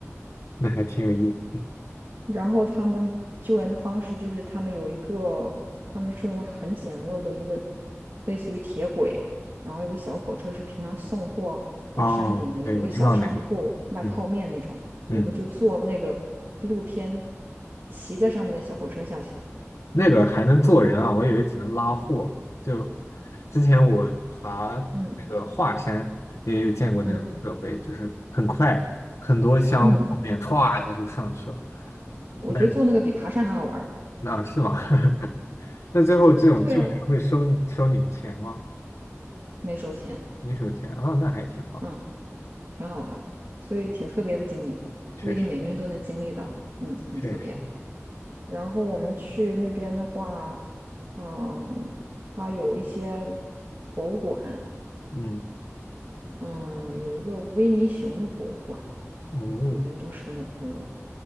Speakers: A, on the left; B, on the right.
A: 那还挺有意思。
B: 然后他们救援的方式就是他们有一个，他们是用很简陋的一个类似于铁轨，然后有个小火车是平常送货到山顶的一个小商铺卖泡面那种，
A: 哦，对，我知道那个，嗯嗯，
B: 我们就坐那个露天骑在上面的小火车下去的。
A: 那个还能坐人啊，我以为只能拉货。就之前我爬那个华山，
B: 嗯
A: 也有见过那种设备，
B: 嗯
A: 就是很快，很多箱泡面歘一下就上去了。
B: 嗯，我觉得坐那个比爬山还好玩儿。
A: 那那是吗？<laughs> 那最后这种救援会收你收你们钱吗？
B: 对啊，没收钱。
A: 没收钱啊，那还挺好，
B: 嗯。挺好的，所以挺特别的经历，
A: 确实
B: 不一定每个人都能经历到，嗯，很特别。
A: 确实，
B: 然后我们去那边的话，嗯，它有一些博物馆，
A: 嗯。
B: 嗯，有一个维尼熊的博物馆，
A: 哦，
B: 里面都是那个